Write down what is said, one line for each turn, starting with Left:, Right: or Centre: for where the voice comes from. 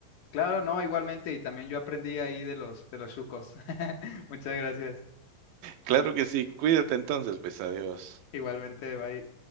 Left: Claro, no, igualmente, y también yo aprendí ahí de los, de los chucos. <laughs> Muchas gracias.
Right: Claro que sí, cuídate entonces, pues adiós.
Left: Igualmente, bye.